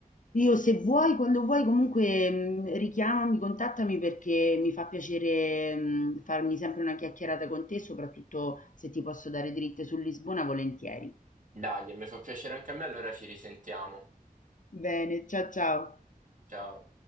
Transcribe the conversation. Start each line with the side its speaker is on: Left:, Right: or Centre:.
Left: Io se vuoi, quando vuoi, comunque mh, richiamami, contattami perché mi fa piacere mh, farmi sempre una chiacchierata con te, soprattutto se ti posso dare dritte su Lisbona, volentieri.
Right: Dai, mi fa piacere anche a me, allora ci risentiamo.
Left: Bene, ciao ciao.
Right: Ciao.